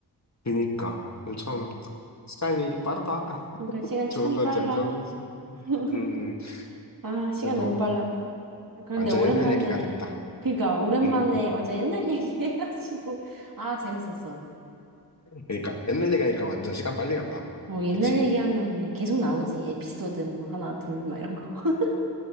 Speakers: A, on the left; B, on the right.
A: 그니까 참
B: 음.
A: 시간이 빠르다. <laughs>
B: 그러니까 시간
A: 좋은
B: 참
A: 건지
B: 빨라.
A: 안 좋은 건지.
B: <laughs>
A: 응응.
B: 아, 시간
A: 그래도
B: 너무 빨라. 그런데
A: 완전
B: 오랜만에,
A: 옛날 얘기가 됐다.
B: 그러니까 오랜만에
A: 응응.
B: 완전 옛날 <laughs> 얘기 해가지고, 아, 재밌었어.
A: 그러니까 옛날 얘기하니까 완전 시간 빨리 간다.
B: 어, 옛날
A: 그치?
B: 얘기하면 그냥 계속 나오지. 에피소드 뭐 하나, 둘, 막 이런 거. <laughs>